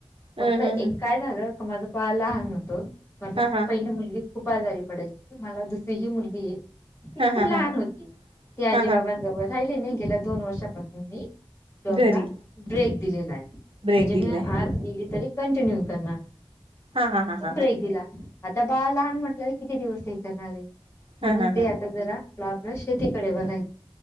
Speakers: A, on the right; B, on the left.
A: अ
B: फक्त
A: ह
B: एक
A: ह
B: काळ - झालं. का माझं बाळ लहान होत. माझं
A: हा हा
B: पहिली मुलगी- खूप आजारी पडायची. मला दुसरीही मुलगी आहे. ती खूप
A: हा हा
B: लहान
A: हा
B: होती. ती आजीबाबांजवळ
A: हा हा
B: राहिली. नाही गेल्या दोन वर्षापासून मी- जॉबला
A: घरी
B: ब्रेक दिलेला आहे.
A: ब्रेक
B: म्हणजे
A: दिलाय
B: मी आज- गेली तरी कंटिन्यू करणार.
A: हा हा हा
B: तो
A: हा
B: ब्रेक
A: हा
B: दिला. आता बाळ लहान म्हटल्यावर किती दिवस हे करणार आहे? म्हणून
A: हा हा
B: ते आता जरा आपला- शेतीकडे बघायच.